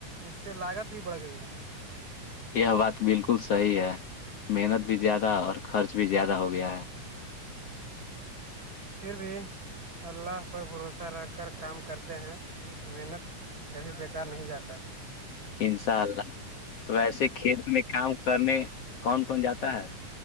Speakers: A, on the right; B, on the left.
A: اس سے لاگت بھی بڑھ گئی ہے
B: یہ بات بالکل صحیح ہے محنت بھی زیادہ اور خرچ بھی زیادہ ہو گیا ہے
A: پھر بھی اللہ پر بھروسہ رہ کر کام کرتے ہیں محنت کب بیکار نہیں جاتا
B: انشاء اللہ ویسے کھیت میں کام کرنے کون کون جاتا ہے